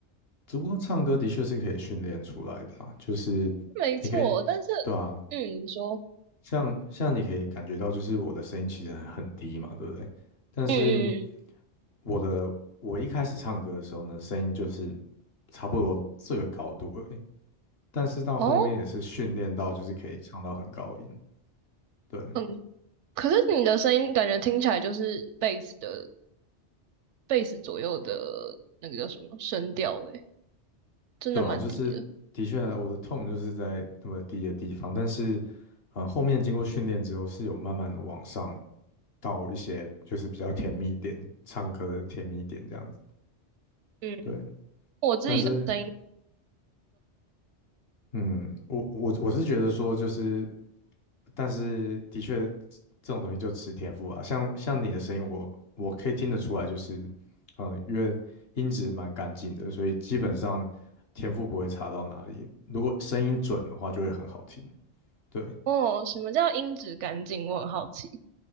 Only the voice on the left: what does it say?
只不过唱歌的确是可以训练出来的啊，就是你可以，
对啊，
像像你可以感觉到，就是我的声音其实很很低嘛，对不对？但是
我的我一开始唱歌的时候呢，声音就是差不多这个高度而已。但是到后面也是训练到，
就是可以唱到很高音。对，
对啊，就是的确啊我的痛就是在那么低的地方，但是呃后面经过训练之后是有慢慢的往上到一些就是比较甜蜜点，唱歌的甜蜜点这样子。
对，
但是嗯，我我我是觉得说就是但是的确，这种东西就吃天赋啊。像像你的声音，我我可以听得出来，就是呃，因为音质蛮干净的，所以基本上天赋不会差到哪里。如果声音准的话，就会很好听。对，